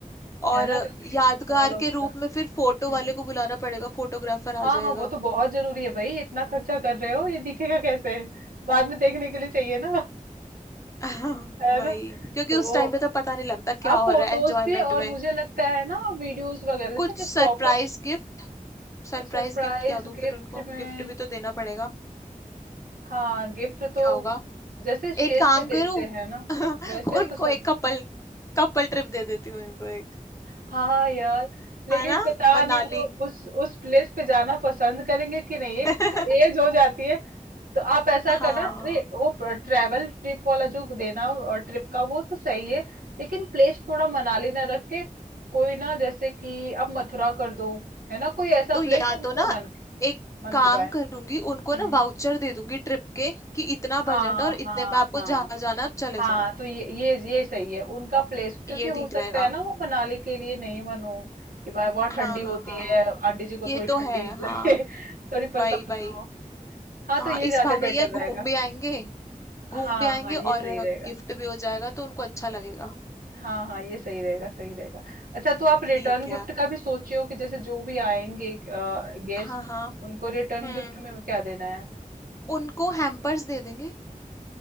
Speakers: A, on the left; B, on the right.
A: और
B: है ना क्योंकि
A: यादगार
B: सौ लोग
A: के रूप
B: का
A: में फिर फोटो
B: हम्म।
A: वाले को बुलाना पड़ेगा फोटोग्राफर
B: हाँ
A: आ जाएगा
B: हाँ वो तो बहुत जरूरी है भाई इतना खर्चा कर रहे हो ये दिखेगा कैसे बाद में देखने के लिए चाहिए ना
A: <laughs> हाँ,
B: <laughs> है
A: वही
B: ना
A: क्योंकि
B: तो
A: उस टाइम पे तो पता नहीं लगता क्या
B: आप
A: हो
B: फोटोज
A: रहा है एंजॉयमेंट
B: भी और
A: में
B: मुझे लगता है ना वीडियोस वगैरह जैसे
A: कुछ
B: कि प्रॉपर
A: सरप्राइज गिफ्ट सरप्राइज
B: सरप्राइज
A: गिफ्ट क्या दूं
B: गिफ्ट
A: फिर उनको
B: में
A: गिफ्ट भी तो देना पड़ेगा
B: हाँ गिफ्ट तो
A: क्या होगा
B: जैसे स्टेज
A: एक काम
B: पे देते
A: करूं
B: हैं ना
A: <laughs>
B: वैसे
A: उनको
B: तो सब
A: एक कपल कपल ट्रिप दे देती हूँ उनको एक
B: हाँ हाँ, यार लेकिन
A: है ना
B: पता
A: मनाली
B: नहीं वो उस उस प्लेस पे जाना पसंद करेंगे कि नहीं
A: <laughs>
B: है कि जैसे एज हो जाती है तो आप ऐसा
A: हाँ
B: करना ट्रे, वो ट्रेवल ट्रिप वाला जो देना हो, और ट्रिप का वो तो सही है लेकिन प्लेस थोड़ा मनाली ना रख के कोई ना जैसे कि आप मथुरा कर दो है ना कोई ऐसा
A: तो या
B: प्लेस जो उनको
A: तो ना
B: मन
A: एक
B: मन
A: काम
B: को पाए
A: करूंगी उनको
B: हम्म
A: ना वाउचर दे दूंगी ट्रिप के कि इतना
B: हाँ
A: बजट और
B: हाँ
A: इतने में आपको
B: हाँ
A: जहाँ जाना आप चले
B: हाँ
A: जाओ
B: तो ये ये ये सही है उनका प्लेस क्योंकि
A: ये
B: हो
A: ठीक
B: सकता
A: रहेगा
B: है ना वो मनाली के लिए नहीं मन हो कि भाई वहाँ
A: हाँ
B: ठंडी
A: हाँ
B: होती
A: हाँ
B: है आंटी जी को
A: ये
B: थोड़ी
A: तो
B: ठंडी
A: है
B: <laughs>
A: हाँ
B: लगे थोड़ी परेशानी
A: वही वही
B: हो हाँ
A: हाँ
B: तो ये
A: इस
B: ज्यादा
A: बहाने
B: बेटर
A: ये घूम
B: रहेगा
A: भी आएंगे घूम
B: हाँ
A: भी आएंगे
B: हाँ ये सही
A: और
B: रहेगा
A: गिफ्ट भी हो जाएगा तो उनको अच्छा लगेगा
B: हाँ हाँ ये सही रहेगा सही रहेगा अच्छा तो आप रिटर्न
A: ठीक
B: गिफ्ट
A: है
B: का भी सोचे हो कि जैसे जो भी आएंगे गेस्ट
A: हाँ हाँ
B: उनको रिटर्न
A: हम्म
B: गिफ्ट में क्या देना है
A: उनको हैम्पर्स दे देंगे